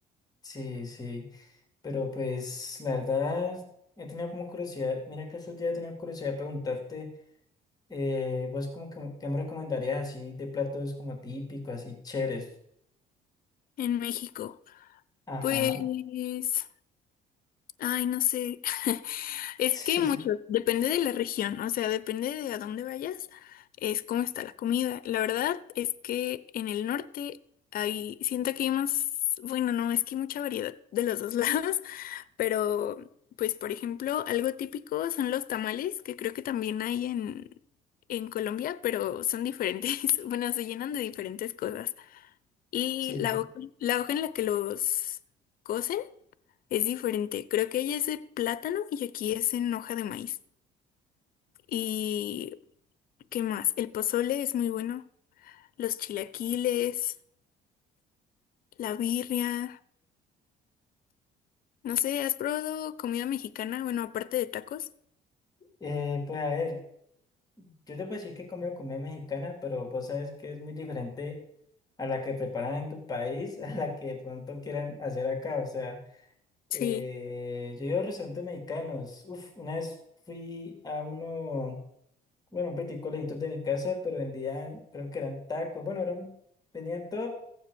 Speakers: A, on the left (about 20°); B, on the left (about 60°).
A: Sí, sí. Pero pues la verdad he tenido como curiosidad, mira que estos días he tenido curiosidad de preguntarte, eh, vos como que qué me recomendarías así de platos como típicos, así chéveres.
B: en México.
A: Ajá.
B: Pues, ay, no sé. <laughs> Es
A: <laughs>
B: que hay muchos, depende de la región, o sea, depende de a dónde vayas, es cómo está la comida. La verdad es que en el norte hay, siento que hay más, bueno, no, es que hay mucha variedad de los dos <laughs> lados, pero pues por ejemplo, algo típico son los tamales, que creo que también hay en, en Colombia, pero son diferentes, <laughs> bueno, se llenan de diferentes cosas. Y
A: Sí.
B: la hoja, la hoja en la que los cocen es diferente, creo que ella es de plátano y aquí es en hoja de maíz. ¿Y qué más? El pozole es muy bueno. Los chilaquiles, la birria. No sé, ¿has probado comida mexicana? Bueno, aparte de tacos.
A: Eh, pues a ver, yo te puedo decir que he comido comida mexicana, pero vos sabes que es muy diferente a la que preparan en tu país, <laughs> a la que de pronto quieran hacer acá. O sea,
B: Sí.
A: eh, yo he ido a restaurantes mexicanos. Uf, una vez fui a uno. bueno, un peitico lejitos de mi casa, pero vendían, creo que eran tacos, bueno, eran, vendían todo